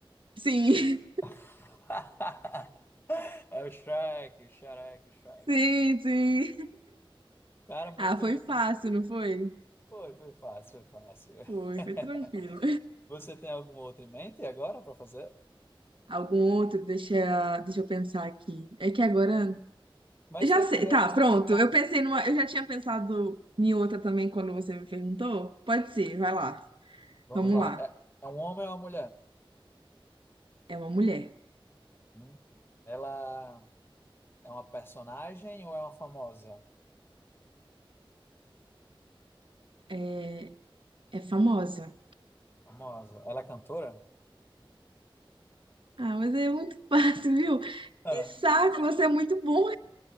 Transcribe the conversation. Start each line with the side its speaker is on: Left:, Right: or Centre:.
Right: Sim,
Left: <laughs> É o Shrek, o Shrek, o Shrek.
Right: <laughs> sim, sim.
Left: Cara, muito
Right: Ah, foi
Left: bom.
Right: fácil, não foi?
Left: Foi, foi fácil, foi fácil.
Right: Foi, foi tranquilo.
Left: <laughs> Você tem alguma outra em mente agora para fazer?
Right: Algum outro? Deixa, deixa eu pensar aqui. É que agora.
Left: Mas
Right: Já
Left: se você
Right: sei.
Left: quiser.
Right: Tá, pronto.
Left: Ah,
Right: Eu pensei numa. Eu já tinha pensado em outra também quando você me perguntou. Pode ser, vai lá.
Left: vamos
Right: Vamos
Left: lá.
Right: lá.
Left: É, é um homem ou uma mulher?
Right: É uma mulher.
Left: Hum. Ela é uma personagem ou é uma famosa?
Right: É, é famosa.
Left: Famosa. Ela é cantora?
Right: Ah, mas é muito <laughs> fácil, viu?
Left: Ah.
Right: Que saco, você é muito bom.